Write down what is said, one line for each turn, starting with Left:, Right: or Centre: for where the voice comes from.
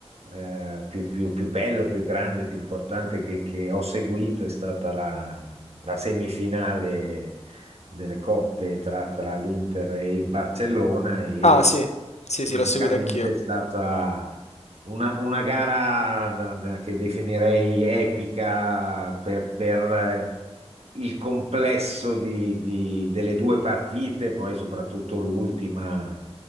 Right: eh, più, più- più bello, più grande, più importante che, che ho seguito è stata la, la semifinale delle coppe tra, tra l'Inter e il Barcellona e
Left: Ah, sì, sì,
Right: francamente
Left: sì, l'ho seguito anch'io.
Right: è stata una, una gara da- da- che definirei epica per, per, eh, il complesso di- di- delle due partite, poi soprattutto l'ultima.